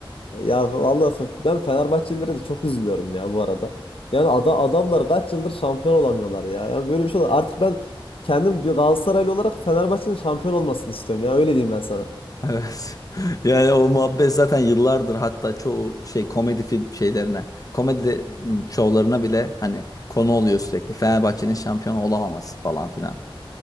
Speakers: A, on the left; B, on the left.
A: Ya vallahi fe- ben Fenerbahçelilere de çok üzülüyorum ya bu arada. Yani ada, adamlar kaç yıldır şampiyon olamıyorlar ya. Ya böyle bir şey olur. Artık ben kendim bir Galatasaraylı olarak Fenerbahçe'nin şampiyon olmasını istiyorum ya. Öyle diyeyim ben sana.
B: Evet. <laughs> Yani o muhabbet zaten yıllardır hatta çoğu şey komedi film şeylerine, komedi m, şovlarına bile hani konu oluyor sürekli. Fenerbahçe'nin şampiyon olamaması falan filan.